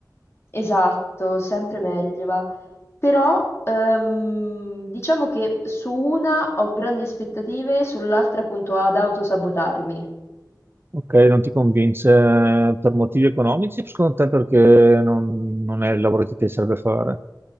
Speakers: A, on the left; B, on the right.
A: esatto, sempre meglio va. Però, ehm, diciamo che su una ho grandi aspettative, sull'altra appunto ad autosabotarmi.
B: ok, non ti convince eh, per motivi economici, secondo te perché non, non è il lavoro che ti piacerebbe fare.